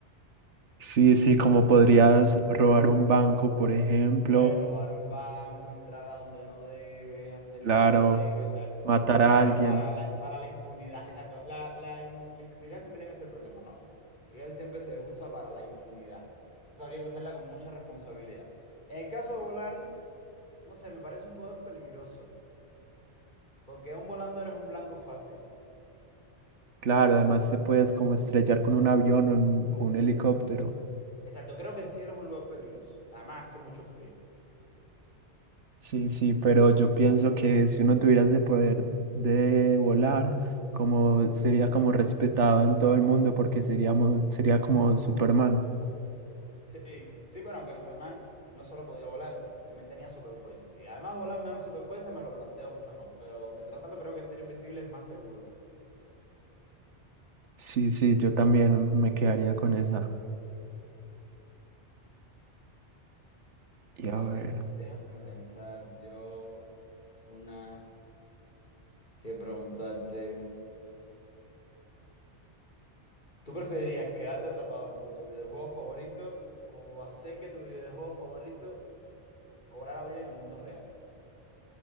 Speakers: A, on the right; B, on the left.
A: sí, sí, como podrías robar un banco, por ejemplo,
B: Puedes robar un banco, entrar a donde no debes, hacer
A: claro,
B: lo que no debes, o sea,
A: matar
B: casi
A: a
B: siempre
A: alguien,
B: es para la, para la impunidad, exacto, la, la, inmu- la invisibilidad siempre tiene ese problema, ¿no? Que casi siempre se usa para la impunidad, entonces habría que usarla con mucha responsabilidad. En el caso de volar, no sé, me parece un poder peligroso, porque un volando eres un blanco fácil,
A: claro, además te puedes como estrellar con un avión o un, o un helicóptero.
B: exacto, creo que el cielo es un lugar peligroso, además hace mucho frío.
A: Sí, sí, pero yo pienso que si uno tuviera ese poder de volar, como sería como respetado en todo el mundo porque seríamos, sería como Superman.
B: Sí, sí, bueno, aunque Superman no solo podía volar, también tenía superfuerza, sí. Además, volar me da superfuerza, me lo planteo mejor, pero mientras tanto creo que ser invisible es más seguro.
A: Sí, sí, yo también me quedaría con esa. Y a
B: A
A: ver.
B: ver, déjame pensar yo una que preguntarte. ¿Tú preferirías quedarte atrapado dentro de tu videojuego favorito o hacer que tu videojuego favorito cobrara vida en el mundo real?